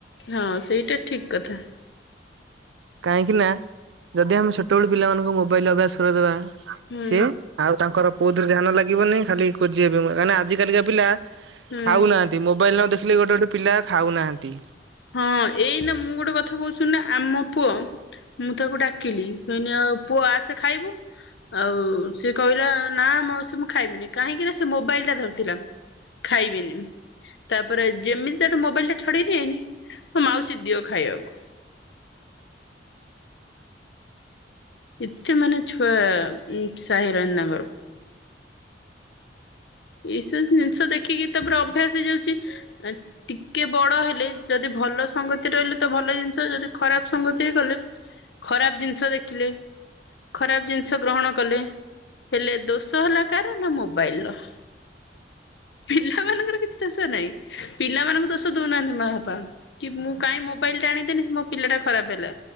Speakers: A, on the left; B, on the right.
A: ହଁ ସେଇଟା ଠିକ୍ କଥା।
B: କାହିଁକି ନା ଯଦି ଆମେ ଛୋଟବେଳୁ ପିଲାମାନଙ୍କୁ ମୋବାଇଲ୍ ଅଭ୍ୟାସ କରେଇଦେବା
A: ହୁଁ
B: ସେ ଆଉ ତାଙ୍କର କୋଉଥିରେ ଧ୍ୟାନ ଲାଗିବନି, ଖାଲି ଖୋଜି ହେବେ। କାହିଁକି ନା ଆଜିକାଲିକା ପିଲା
A: ହୁଁ
B: ଖାଉନାହାନ୍ତି। ମୋବାଇଲ୍ ନ ଦେଖିଲେ ଗୋଟେ ଗୋଟେ ପିଲା ଖାଉନାହାନ୍ତି।
A: ହଁ। ଏଇନା ମୁଁ ଗୋଟେ କଥା କହୁଚି ଶୁଣୁନ, ଆମ ପୁଅ ମୁଁ ତାକୁ ଡାକିଲି, କହିନି ଆଉ ପୁଅ ଆସେ ଖାଇବୁ। ଆଉ ସେ କହିଲା ନା ମାଉସୀ ମୁଁ ଖାଇମିନି। କାହିଁକି ନା ସେ ମୋବାଇଲ ଟା ଧରିଥିଲା। ଖାଇବିନି। ତାପରେ ଯେମିତି ତାଠୁ ମୋବାଇଲ ଟା ଛଡେଇ ନେଇଆଇନି ହଁ, ମାଉସୀ ଦିଅ ଖାଇବାକୁ। ଏତେ ମାନେ ଛୁଆ ନିଶା ହେଇଗଲାଣି ତାଙ୍କର। ଏଇସବୁ ଜିନିଷ ଦେଖିକି ତ ପୁରା ଅଭ୍ୟାସ ହେଇଯାଉଚି। ଟିକେ ବଡ ହେଲେ ଯଦି ଭଲ ସଙ୍ଗତି ରେ ରହିଲେ ତ ଭଲ ଜିନିଷ, ଯଦି ଖରାପ ସଙ୍ଗତିରେ ଗଲେ ଖରାପ ଜିନିଷ ଦେଖିଲେ ଖରାପ ଜିନିଷ ଗ୍ରହଣ କଲେ, ହେଲେ ଦୋଷ ହେଲା କାହାର ନା ମୋବାଇଲର। ପିଲାମାନଙ୍କର କିଛି ଦୋଷ ନାହିଁ। ପିଲାମାନଙ୍କୁ ଦୋଷ ଦଉନାହାନ୍ତି ମା ବାପା। କି ମୁଁ କାଇଁ ମୋବାଇକ୍ ଟା ଆଣିକି ଦେନି ମୋ ପିଲା ଟା ଖରାପ ହେଲା।